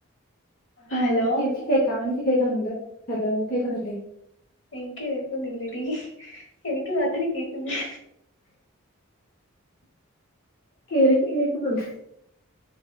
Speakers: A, on the left; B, on the left.
A: ആ
B: ഹലോ
A: നി കേക്കാം എനിക്ക് കേക്കുന്നുണ്ട് ഹലോ കേക്കുന്നില്ലേ
B: എനിക്ക് കേക്കുന്നില്ലടീ എനിക്ക് മാത്രേ കേക്കുന്ന
A: എനിക്ക് കേക്കുന്നുണ്ട്